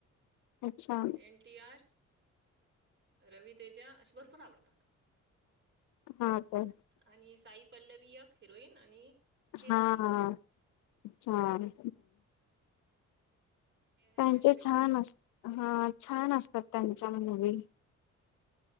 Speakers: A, on the left; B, on the right.
A: अच्छा!
B: N T R, Ravi Teja असे भरपूर आवडतात.
A: हा काय!
B: आणि साई पल्लवी एक हिरोईन आणि कीर्ती
A: हा हा छान!
B: हे आहे
A: त्यांचे
B: माझी फेवरेट
A: छान
B: आहे
A: अस हा छान असतात त्यांच्या पण मूवी.